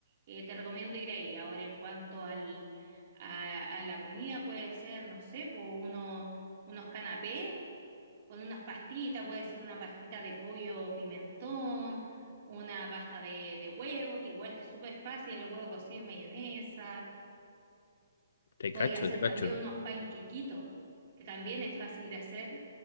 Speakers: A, on the right; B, on the left.
A: eh, te recomiendo ir ahí. Ahora en cuanto al, a, a la comida puede ser, no sé, po, uno, unos canapés con unas pastitas, puede ser una pastita de pollo pimentón, una pasta de, de huevo, que igual es súper fácil, el huevo cocido y mayonesa.
B: Te cacho,
A: Podía hacer
B: te cacho.
A: también unos panquequitos, que también es fácil de hacer.